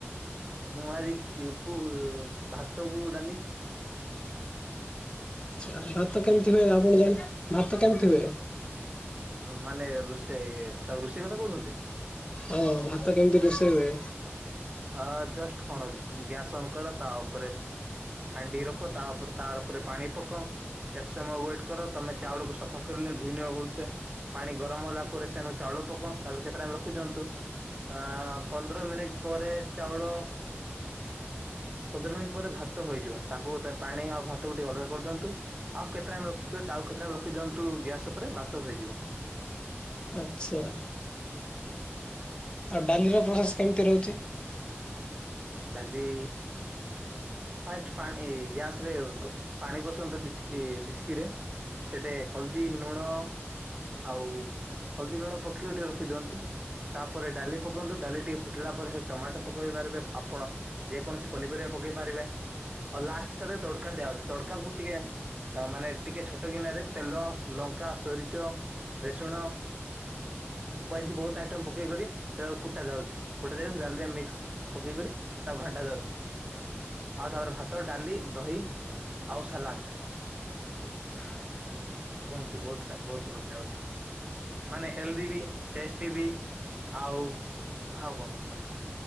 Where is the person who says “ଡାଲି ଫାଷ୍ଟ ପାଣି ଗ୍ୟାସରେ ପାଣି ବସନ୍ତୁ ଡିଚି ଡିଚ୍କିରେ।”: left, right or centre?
Right